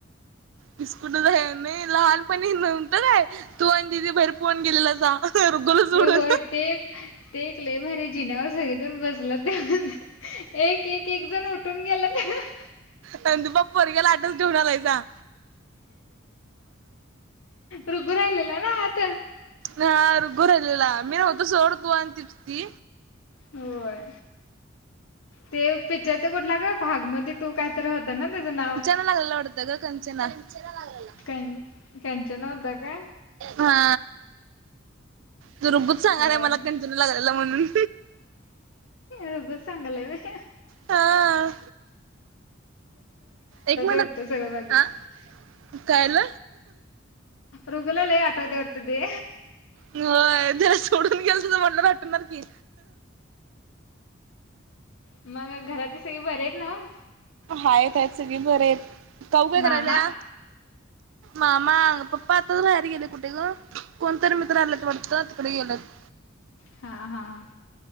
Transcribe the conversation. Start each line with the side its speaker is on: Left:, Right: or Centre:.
Right: बिस्कुटच आहे नाही लहानपणी न्हवत काय तू आणि दिदी बाहेर पळुन गेलेला रुगोला सोडून
Left: ए होय ते ते एक लय भारी जिण्यावर सगळेजण बसल्यात्या एक एक एक जण उठून गेल्यात
Right: संदुबा पोरग्याला आतच ठेऊन आलायसा
Left: रुघू राहिलेला ना आत
Right: ह गुरवलेला मी होत सोड तू आन त्रिप्ती
Left: होय ते पिक्चर ते कुठला का भाग म तो कायतरी होतं ना तेचं नाव
Right: तो लागलेला वाटत ग खचना लागलेला
Left: कंचना होता काय
Right: हा तु रुबूच सांगणार
Left: होय
Right: आहे मला कणंतना लागलेला म्हणून
Left: रुबुज सागायेलाय होय
Right: हा एक मिनिट
Left: वाटतं सगळं बाकीच
Right: ह कायल
Left: रुगुलला लय आठवते वाटत ते
Right: होय त्या सोडून गेल त म्हणला तर आठवणार की
Left: मग घरातली सगळी बरी आहेत नव
Right: हायेत हाय सगळी बरी आहेत काऊ काय
Left: मामा
Right: करायल्या मामा पपा अताच बाहेर गेलेत कुठे ग कोणतरी मित्र आलेत वाटत तिकड गेलेत
Left: हां हां